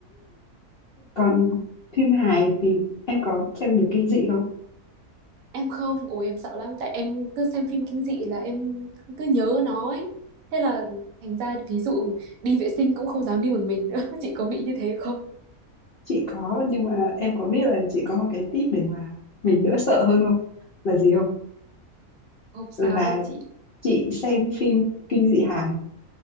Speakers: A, on the left (about 60°); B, on the right (about 70°).
A: còn phim hài thì em có xem được kinh dị không?
B: Em không, ôi em sợ lắm tại em cứ xem phim kinh dị là em cứ nhớ nó ấy. Thế là thành ra ví dụ đi vệ sinh cũng không dám đi một mình nữa. <laughs> Chị có bị như thế không?
A: Chị có nhưng mà em có biết là chị có một cái tip để mà mình đỡ sợ hơn không? Là gì không?
B: Không sao
A: Là
B: ấy à chị.
A: chị xem phim kinh dị hài